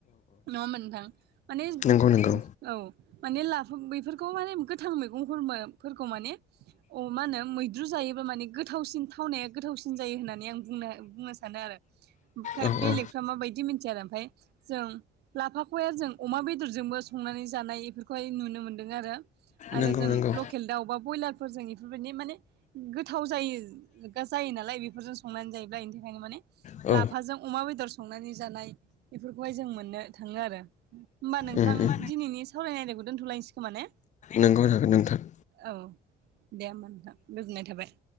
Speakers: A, on the right; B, on the left.
A: नङा होनबा नोंथां माने
B: नंगौ नंगौ
A: औ माने लाफा बेफोरखौ माने गोथां मैगंफोरफोरखौ माने अ मा होनो मैद्रु जायोबा माने गोथावसिन थावनाया गोथावसिन जायो होननानै आं बुंनो बुंनो सानो आरो ओम
B: औ
A: बेलेगफ्रा
B: औ
A: माबायदि मिथिया आरो ओमफाय जों लाफाखौहाया जों अमा बेदरजोंबो संनानै जानाय बेफोरखौहाय नुनो मोनदों आरो। आरो
B: नंगौ
A: जों
B: नंगौ
A: लकेल दाउ बा ब्रयलारफोरजों इफोरबायदिनो माने गोथाव जायो जायो नालाय बेफोरजों संनानै जायोब्ला इनि थाखायखनो माने
B: औ
A: लाफाजों अमा बेदर संनानै जानाय बेफोरखौहाय जों मोननो थाङो आरो। होमबा नोंथां
B: उम उम
A: दिनैनि सावरायनाय आयदाखौ दोन्थ'लायनोसै खोमा ने?
B: नोंगौनो हागोन नोंथां।
A: औ दे होमबा नोंथां गोजोननाय थाबाय।